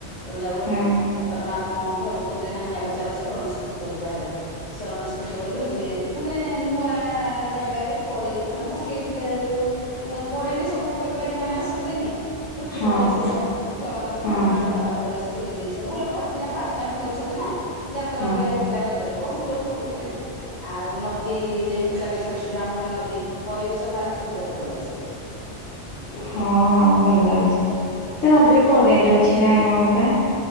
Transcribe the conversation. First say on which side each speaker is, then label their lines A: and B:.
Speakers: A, on the left; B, on the left.
A: ରଞ୍ଜାବେଳୁ
B: ହଁ
A: ତାପରେ ଆମ ଘରୁ କହିଲେ ନାହିଁ ଆଗଚାଲ ସରଣ ଶ୍ରୀଖେତ୍ର ଯିବା ହାରି। ଶରଣ ଶ୍ରୀକ୍ଷେତ୍ର କୁଗଲୁ ସେଠି ମାନେ ନୂଆ ଜାଗାରେ ପଡ଼ି ମାନେ ପକେଇଥିଲେ ଯୋ ଉ। <unintelligible> ପଡ଼େନି ସବୁ ବେପାରୀମାନେ ଆସନ୍ତିନି ଛୋଟ ଛୋଟ
B: ହଁ
A: ସବୁ ଛୁଆମାନଙ୍କର
B: ହଁ
A: ଖେଳନାଠୁ ଆରମ୍ଭ କରି ଷ୍ଟିଲ ଜିନିଷ ଭଲପଡ଼ିଥିଲା ଫାଷ୍ଟ୍ ଟାଇମ କରିଛନ୍ତି ନା। ଯାତ୍ରା
B: ହଁ
A: ଭଳିଆ ହେଇଥିଲା ରଜରେ ବହୁତ ଲୋକ ହେଇଥିଲେ। ଆଉ ନଦୀ ଯେହେତୁ ଲାଗିଛନ୍ତି ବ୍ରାହ୍ମଣୀ ନଦୀ ପରିବେଶ ଭାରି ସୁନ୍ଦର ପରିବେଶ।
B: ହଁ ଭଲ ଲାଗୁଛି ସେ ନଦୀରେ କରେଣ୍ଟ ଅଛି ନା କଣ ବା?